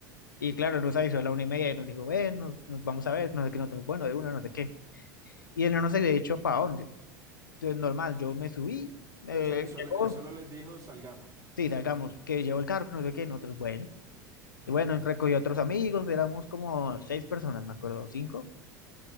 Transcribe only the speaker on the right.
O sea, él solo,
él solo les dijo salgamos.
Breve.